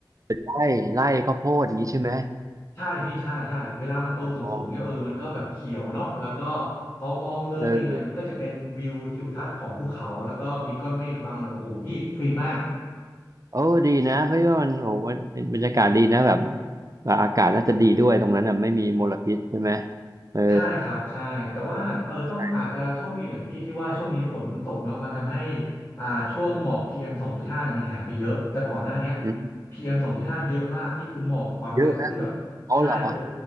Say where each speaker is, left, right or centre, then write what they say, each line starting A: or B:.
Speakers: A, on the right; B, on the left.
A: ป็นไร่ไร่ข้าวโพดอย่างนี้ใช่ไหม
B: ใช่พี่ใช่ใช่เวลามันโตสูงสูงเนี่ยเออมันก็แบบเขียวเนาะแล้วก็
A: อ๋อ
B: พอมองเลยไปอีกหน่อยมันก็จะเป็นวิวทิวทัศน์ของภูเขาแล้วก็มีก้อนเมฆบังหน่อยโอ้โหพี่ฟินมาก
A: เออ โอ้ดีนะเพราะว่ามันโอ้มันมันบรรยากาศดีนะแบบแบบอากาศน่าจะดีด้วยตรงนั้นอ่ะไม่มีมลพิษใช่ไหมเออ
B: ใช่ครับใช่แต่ว่าเออต้องอาจจะโชคดีหน่อยพี่ที่ว่าช่วงนี้ฝนมันตกเนาะมันทำให้
A: ใช่
B: อ่าช่วงหมอก PM 2.5เอ็มสองจุดห้าเนี่ยมันหายไปเยอะแต่ก่อนหน้าเนี้ย
A: อืม
B: PM 2.5เอ็มสองจุดห้าเยอะมากพี่คือหมอกควันแบบคือแบบใช่ผม
A: เยอะนะเอาเหรอ